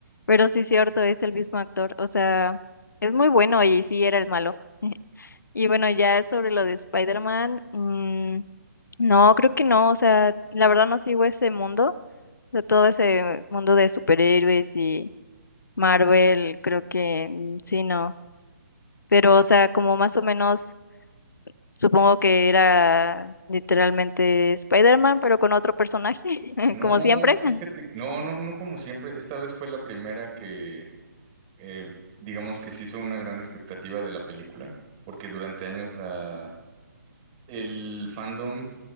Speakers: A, on the left (about 80°); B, on the right (about 20°).
A: pero sí es cierto, es el mismo actor, o sea, es muy bueno y sí era el malo. <laughs> Y bueno, ya sobre lo de Spider-Man, mm, no, creo que no, o sea, la verdad no sigo ese mundo, o sea, todo ese mundo de superhéroes y Marvel, creo que mm, sí, no, pero, o sea, como más o menos... Supongo
B: Eh,
A: que era literalmente Spider-Man, pero con otro personaje, <laughs>
B: No,
A: como siempre.
B: fíjate, que- no, no, no como siempre. Esta vez fue la primera que, eh, digamos que se hizo una gran expectativa de la película, porque durante años la, el fandom